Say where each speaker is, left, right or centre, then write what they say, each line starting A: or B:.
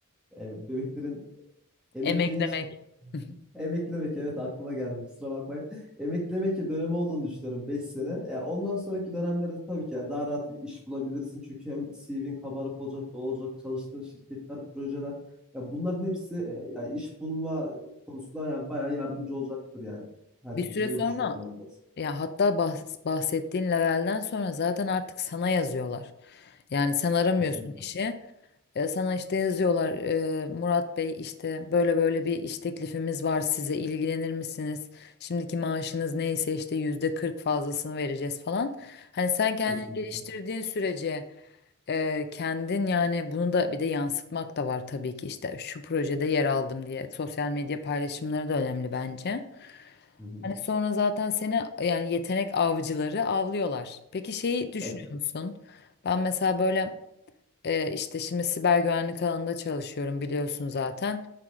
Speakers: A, in the centre; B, on the left.
A: E, bebeklerin Emeklilik,
B: Emeklemek. <laughs>
A: Hı hı. emeklemek evet aklıma geldi kusura bakmayın. <laughs> Emeklemek dönemi olduğunu düşünüyorum 5 sene. Ya ondan sonraki dönemlerde tabii ki yani daha rahat iş bulabilirsin. Çünkü hem CV'nin kabarık olacak, dolu olacak, çalıştığın şirketler, projeler. Ya bunların hepsi e, ya iş bulma konusunda yani bayağı yardımcı olacaktır yani. Herkese
B: Bir süre
A: öyle
B: sonra
A: düşünüyorum ben biraz.
B: ya hatta bahs- bahsettiğin levelden sonra zaten artık sana yazıyorlar. Yani sen aramıyorsun
A: Kesinlikle.
B: işi. E, Sana işte yazıyorlar e, Murat Bey işte böyle böyle bir iş teklifimiz var size ilgilenir misiniz? Şimdiki maaşınız neyse işte yüzde kırk fazlasını vereceğiz falan. Hani sen kendini
A: Kesinlikle.
B: geliştirdiğin sürece e, kendin yani bunu da bir de yansıtmak da var tabii ki işte şu projede yer aldım diye sosyal medya paylaşımları da önemli bence.
A: Hı hı.
B: Hani sonra zaten seni yani yetenek avcıları avlıyorlar. Peki şeyi düşünüyor
A: Ya ki-
B: musun? Ben mesela böyle ee, işte şimdi siber güvenlik alanında çalışıyorum biliyorsun zaten.